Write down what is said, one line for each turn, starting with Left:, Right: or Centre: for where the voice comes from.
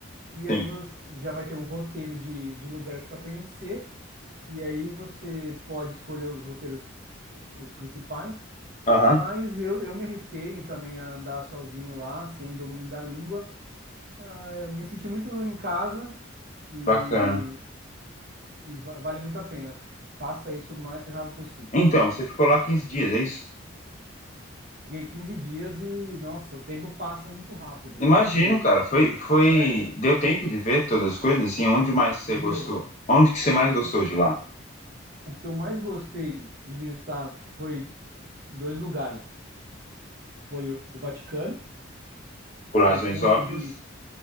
Right: e aí
Left: Sim.
Right: você já vai ter um roteiro de, de lugares para conhecer, e aí você pode escolher os roteiros, os principais.
Left: Aham,
Right: Mas eu, eu me arrisquei também a andar sozinho lá, sem domínio da língua. É, Eu me senti muito em casa. E,
Left: bacana.
Right: e va- vale muito a pena. Faça isso o mais rápido possível.
Left: Então, você ficou lá 15 dias, é isso?
Right: Fiquei 15 dias e, nossa, o tempo passa muito rápido,
Left: Imagino,
Right: porque
Left: cara. Foi, foi.
Right: é,
Left: Deu tempo de ver todas as coisas? Assim, onde mais você
Right: deu.
Left: gostou? Onde que você mais
Right: deu.
Left: gostou de lá?
Right: O que eu mais gostei de visitar foi dois lugares. Foi o, o Vaticano,
Left: Por
Right: que
Left: razões
Right: eu consegui,
Left: óbvias?